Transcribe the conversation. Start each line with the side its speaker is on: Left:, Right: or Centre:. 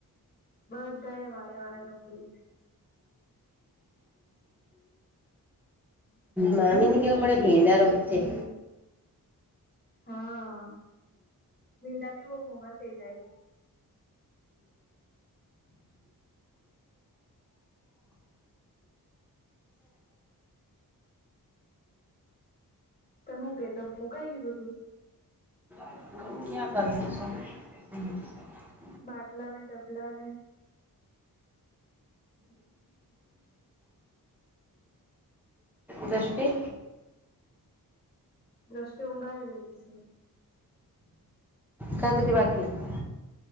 Left: બધા એ વારે વારે રોકી લીધ
Centre: મામીની તે આપડે ગેંડા રોપતે.
Left: હા, ભીંડા ભી બહુ મોંઘા થઇ જાય. તો હું કેતો હું કઈ ગયું બધું.
Centre: <inaudible> ક્યાં કાલ જાશું? <inaudible>
Left: બાટલા ને ડબલા ને <inaudible>
Centre: દ્રષિ.
Left: દ્રષ્ટે ઊંઘાએ રહેલી સે.
Centre: ખાધું કે બાકી હે?